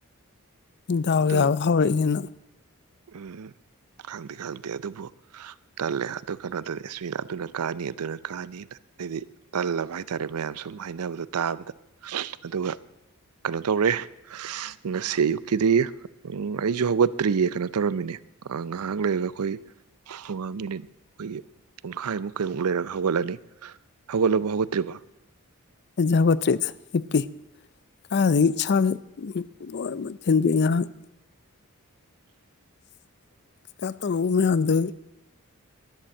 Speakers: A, on the left; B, on the right.
A: ꯗꯥꯎ
B: ꯑꯗꯨ
A: ꯌꯥꯕ ꯍꯧꯔꯛꯏꯅꯦ ꯅꯪ
B: ꯎꯝ ꯍꯨꯝ ꯈꯪꯗꯤ ꯈꯪꯗꯦ ꯑꯗꯨꯕꯨ ꯇꯜꯂꯦ ꯑꯗꯨ ꯀꯅꯣꯗꯗꯤ ꯑꯁ ꯃꯤꯅ ꯑꯗꯨꯅ ꯀꯥꯅꯤ ꯑꯗꯨꯅ ꯀꯥꯅꯤꯅ ꯍꯥꯏꯗꯤ ꯇꯜꯂꯕ ꯍꯥꯏꯇꯥꯔꯦ ꯃꯌꯥꯝ ꯁꯨꯝ ꯍꯥꯏꯅꯕꯗꯣ ꯇꯥꯕꯗ ꯑꯗꯨꯒ ꯀꯅꯣ ꯇꯧꯔꯦ ꯉꯁꯤ ꯑꯌꯨꯛꯀꯤꯗꯤ ꯎꯝ ꯑꯩꯖꯨ ꯍꯧꯒꯠꯇ꯭ꯔꯤꯌꯦ ꯀꯅꯣ ꯇꯧꯔꯝꯃꯤꯅꯦ ꯑꯥ ꯉꯍꯥꯛ ꯂꯩꯔꯒ ꯈꯣꯏ ꯄꯨꯉꯥꯡ ꯃꯤꯅꯤꯠ ꯑꯩꯈꯣꯏꯒꯤ ꯄꯨꯡꯈꯥꯏꯃꯨꯛ ꯀꯩꯃꯨꯛ ꯂꯩꯔꯒ ꯍꯧꯒꯠꯂꯅꯤ ꯍꯧꯒꯠꯂꯕ ꯍꯧꯒꯠꯇ꯭ꯔꯤꯕ
A: ꯑꯩꯖꯨ ꯍꯧꯒꯠꯇ꯭ꯔꯤꯗ ꯍꯤꯞꯄꯤ ꯀꯥꯏꯗꯒꯤ ꯏꯁꯥꯖꯦ ꯎꯝ ꯂꯣꯏ ꯃꯛ ꯊꯤꯟꯗꯣꯑꯦ ꯉꯔꯥꯡ ꯀꯥ ꯀꯥ ꯇꯧꯕ ꯃꯌꯥꯝꯗꯨꯒꯤ